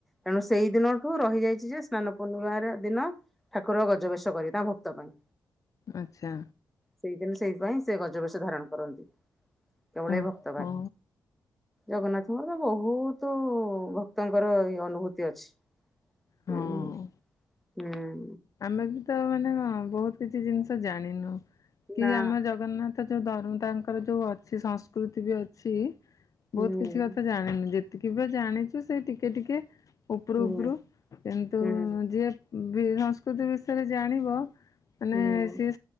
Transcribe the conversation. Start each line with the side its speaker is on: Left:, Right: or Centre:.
Centre: ତେଣୁ ସେଇ ଦିନଠୁ ରହିଯାଇଛି ଯେ ସ୍ନାନ ପୂର୍ଣ୍ଣିମାର ଦିନ ଠାକୁର ଗଜବେେଶ କରିବେ ତା ଭକ୍ତ ପାଇଁ।
Left: ଆଚ୍ଛା।
Centre: ସେଇଦିନ ସେଇଥିପାଇଁ ସେ ଗଜବେେଶ ଧାରଣ କରନ୍ତି କେବଳ
Left: ଓହୋ
Centre: ଏଇ ଭକ୍ତ ପାଇଁ। ଜଗନ୍ନାଥଙ୍କର ତ ବହୁତ ଭକ୍ତଙ୍କର ଇ ଅନୁଭୂତି ଅଛି। ହୁଁ
Left: ହଁ।
Centre: ହୁଁ।
Left: ଆମେ ବି ତ ମାନେ ବହୁତ କିଛି ଜିନିଷ ଜାଣିନୁ କି
Centre: ନା
Left: ଆମ ଜଗନ୍ନାଥ ତ ଯେଉଁ ଧର୍ମ ତାଙ୍କର ଯେଉଁ ଅଛି ସଂସ୍କୃତି ବି ଅଛି।
Centre: ହୁଁ
Left: ବହୁତ କିଛି କଥା ଜାଣିନି ଯେତିକି ବି ଜାଣିଛୁ ସେ ଟିକେ ଟିକେ ଉପରୁ
Centre: ହୁଁ
Left: ଉପରୁ କିନ୍ତୁ
Centre: ହୁଁ ହୁଁ
Left: ଯିଏ ସଂସ୍କୃତି ବିଷୟରେ ଜାଣିବ। ମାନେ
Centre: ହୁଁ
Left: ସିଏ